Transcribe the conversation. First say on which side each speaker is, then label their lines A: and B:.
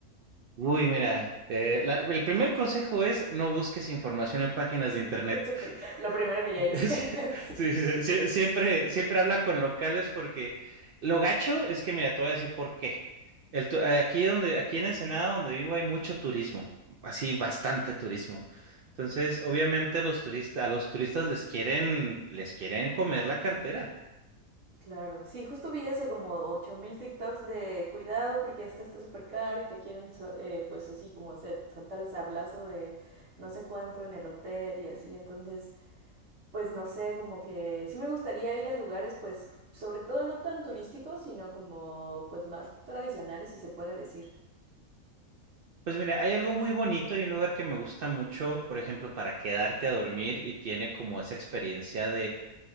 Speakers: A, on the right; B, on the right.
A: Uy, mira, eh, la- el primer consejo es no busques información en páginas de internet.
B: <laughs> Lo primero que ya
A: <laughs>
B: hice,
A: Sí,
B: <laughs> sí.
A: sí, sí, sí, siempre, siempre habla con locales porque lo gacho es que, mira, te voy a decir por qué. El, tu- eh, aquí donde, aquí en Ensenada, donde vivo, hay mucho turismo, así bastante turismo. Entonces, obviamente, los turistas, a los turistas les quieren, les quieren comer la cartera.
B: Claro, sí, justo vi eso como 8000 TikToks de cuidado porque esto está súper caro y te quieren so- eh, pues así como se- soltar el sablazo de no sé cuánto en el hotel y así, entonces pues no sé, como que sí me gustaría ir a lugares pues sobre todo no tan turísticos, sino como pues más tradicionales si se puede decir.
A: Pues mira, hay algo muy bonito y un lugar que me gusta mucho, por ejemplo, para quedarte a dormir y tiene como esa experiencia